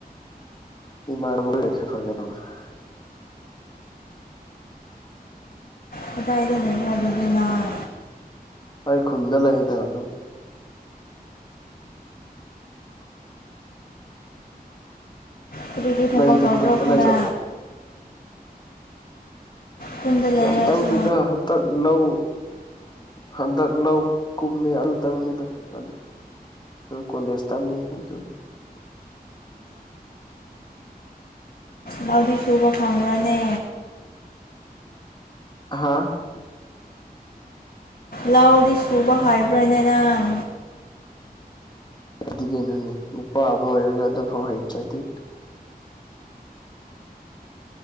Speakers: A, on the left; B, on the left.
A: <unintelligible>
B: ꯀꯗꯥꯏꯗ ꯂꯩꯕ꯭ꯔ ꯑꯗꯨꯗꯤ ꯅꯪ꯫
A: ꯑꯩ ꯈꯨꯟꯗ ꯂꯩꯗ ꯑꯗꯨꯝ꯫
B: ꯀꯔꯤ ꯀ꯭ꯔꯤ ꯊꯕꯛ
A: ꯅꯪꯗꯤ
B: ꯇꯧꯕ꯭ꯔꯣ
A: ꯈꯨꯟꯗ
B: ꯈꯨꯅꯥ꯫
A: ꯂꯩꯇ꯭ꯔꯥ
B: ꯈꯨꯟꯗ
A: ꯀꯩꯝ
B: ꯂꯩꯔꯁꯨ
A: ꯇꯧꯗꯦꯗ ꯍꯟꯇꯛ ꯂꯧ ꯍꯟꯗꯛ ꯂꯧ ꯀꯨꯝꯃꯦ ꯑꯗꯨꯇꯪꯅꯤꯗ ꯑ ꯗꯨ ꯀꯣꯂꯦꯖ ꯇꯝꯃꯤ ꯑꯗꯨ
B: ꯂꯧꯗꯤ ꯁꯨꯕ ꯐꯪꯕ꯭ꯔꯅꯦ꯫
A: ꯍꯥꯥ꯫
B: ꯂꯥꯎꯗꯤ ꯁꯨꯕ ꯍꯩꯕ꯭ꯔꯅꯦ ꯅꯪ꯫
A: ꯑꯗꯨꯗ ꯀꯩꯅꯅꯦ ꯅꯨꯄꯥ ꯑꯃ ꯑꯣꯏꯔꯒ ꯑꯗꯨ ꯐꯥꯎ ꯍꯩꯇ꯭ꯔꯗꯤ꯫